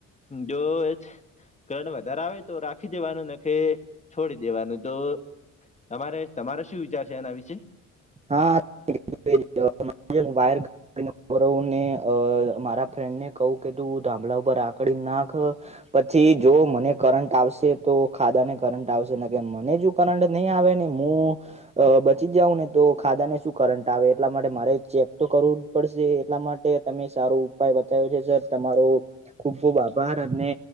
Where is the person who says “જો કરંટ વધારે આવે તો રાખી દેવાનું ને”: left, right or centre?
Left